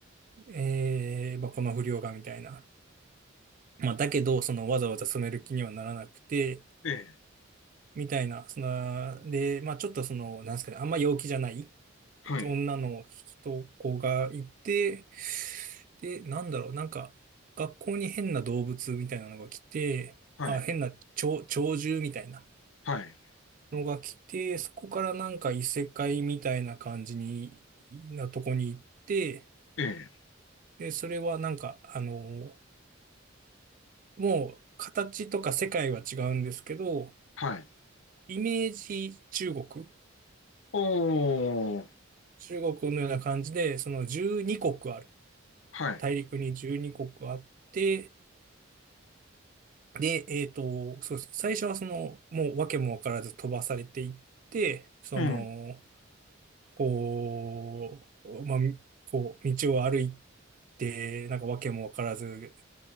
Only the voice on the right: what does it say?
えー、まあ、この不良がみたいな。まあ、だけど、そのわざわざ染める気にはならなくて、
みたいな、その、で、まあちょっとその、なんですかね、あんま陽気じゃない
女の人子がいて、で、なんだろう、なんか、学校に変な動物みたいなのが来て、
あ、変な鳥、鳥獣みたいな
のが来て、そこからなんか異世界みたいな感じに、なとこに行って、
で、それはなんか、あの、もう形とか世界は違うんですけど、
イメージ中国
中国のような感じで、その12国ある。
大陸に12国あって、で、えっと、そうですね。最初はその、もう訳も分からず飛ばされていって、その、
こう、まあ、こう、道を歩いて、なんか訳も分からず、